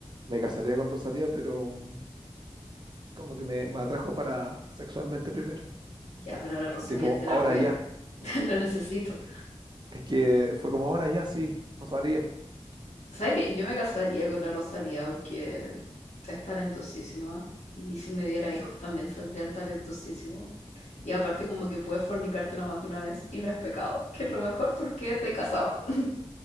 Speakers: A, on the right; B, on the left.
A: me casaría con Rosalía, pero mm, como que me, me atrajo para sexualmente primero.
B: Ya, pero la Rosalía
A: Así como
B: te la
A: ahora
B: puedes,
A: ya.
B: <laughs> la necesito.
A: Es que fue como ahora ya sí, no sabía.
B: ¿Sabes qué? Yo me casaría con la Rosalía porque es talentosísima y si me diera
A: Sí.
B: hijos también saldrían talentosísimos. Y aparte como que puedes fornicártela más de una vez y no es pecado, que es lo mejor porque te he casado. <laughs>